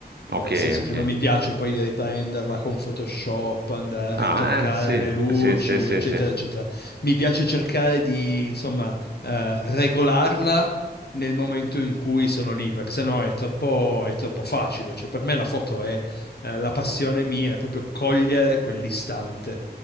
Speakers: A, on the right; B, on the left.
A: ok,
B: Nel senso
A: ok.
B: che non mi piace poi riprenderla con Photoshop, andare a
A: Ah,
B: ritoccare
A: eh, sì,
B: le luci,
A: sì, sì, sì,
B: eccetera,
A: sì,
B: eccetera. Mi piace cercare di, insomma, eh, regolarla nel momento in cui sono lì, perché sennò è troppo, è troppo facile. Cioè, per me la foto è, eh, la passione mia, è proprio cogliere quell'istante.